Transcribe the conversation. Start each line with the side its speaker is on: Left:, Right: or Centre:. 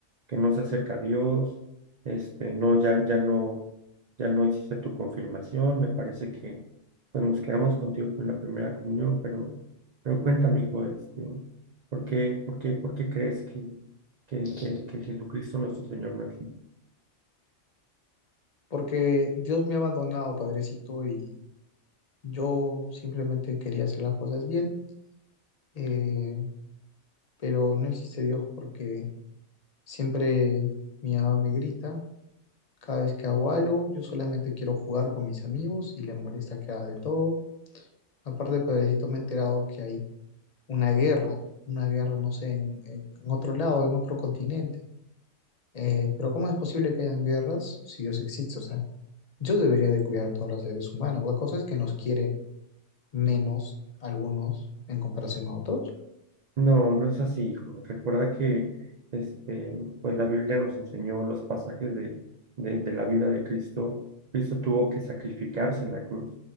Right: que no se acerca a Dios, este, no, ya, ya no, ya no hiciste tu confirmación, me parece que pues nos quedamos contigo con la primera comunión, pero, pero cuéntame, hijo, este, ¿por qué, por qué, por qué crees que, que, que, que Jesucristo nuestro Señor no existe?
Left: Porque Dios me ha abandonado, padrecito, y yo simplemente quería hacer las cosas bien, eh, pero no existe Dios porque siempre mi mamá me grita. Cada vez que hago algo, yo solamente quiero jugar con mis amigos y le molesta que haga de todo. Aparte, padrecito, me he enterado que hay una guerra, una guerra, no sé, en, en otro lado, en otro continente. Eh, pero ¿cómo es posible que hayan guerras si Dios existe? O sea, Dios debería de cuidar a todos los seres humanos. La cosa es que nos quiere menos algunos en comparación a otros.
Right: No, no es así, hijo. Recuerda que este, pues la Biblia nos enseñó los pasajes de, de, de la vida de Cristo. Cristo tuvo que sacrificarse en la cruz